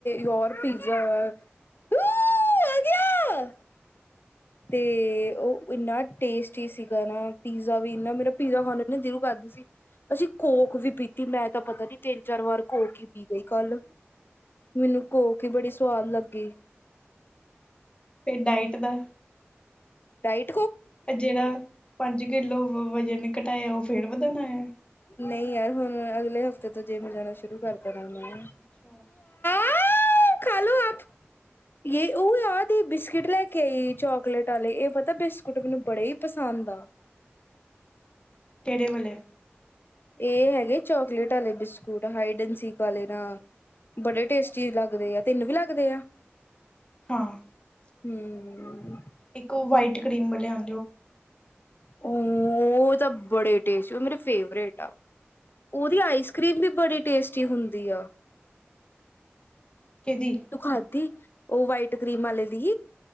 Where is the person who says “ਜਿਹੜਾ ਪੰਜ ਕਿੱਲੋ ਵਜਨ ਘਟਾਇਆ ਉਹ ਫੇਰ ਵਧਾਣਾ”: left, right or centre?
Left